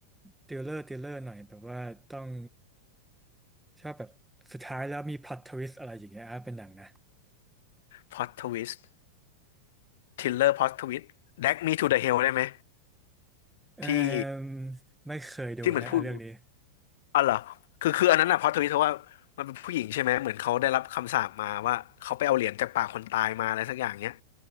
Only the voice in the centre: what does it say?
ติลเลอร์ติลเลอร์หน่อยแบบว่าต้องชอบแบบสุดท้ายแล้วมีพล็อตทวิสอะไรอย่างเงี้ยอ่ะเป็นหนังนะ
เอ
อไม่เคยดูฮะอ่ะเรื่องนี้